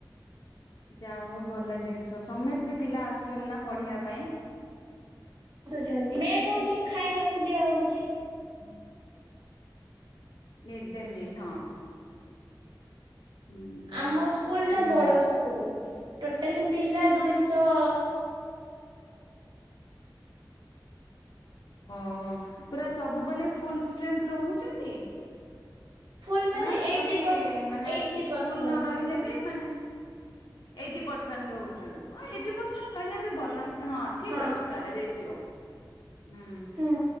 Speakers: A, on the left; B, on the right.
A: ଯା ହଉ ଭଲ ଜିନିଷ ସମସ୍ତେ ପିଲା ଆସୁଛନ୍ତି ନା ପଢିବା ପାଇଁ
B: ଆସୁଛନ୍ତି ମେନ ହଉଛି ଖାଇବାକୁ ଦିଆ ହଉଛି
A: ହୁଁ ମିଡ୍ ଡେ ମିଲ୍ ହଁ ହୁଁ
B: ଆମ ସ୍କୁଲ ଟା
A: ହୁଁ
B: ବଡ ଟୋଟାଲ ପିଲା ଦୁଇଶହ
A: ଓହୋ ପୁରା ସବୁବେଳେ ଫୁଲ ଷ୍ଟ୍ରେଥ ରହୁଛନ୍ତି
B: ଫୁଲ ମାନେ
A: ନା ତଥାପି
B: ଏଇଟି ପରସେ
A: ମାନେ
B: ଏଇଟି
A: ଫୁଲ
B: ପରସେଣ୍ଟ
A: ନ ରହିଲେ ବି ମାନେ ଏଇଟି ପରସେଣ୍ଟ ରହୁଛନ୍ତି ହଁ ଏଇଟି ପରସେଣ୍ଟ ରହିଲେ ବି ଭଲ ତାହେଲେ ଠିକ
B: ହଁ
A: ଅଛି ରେସିଓ ହୁଁ
B: ହୁଁ।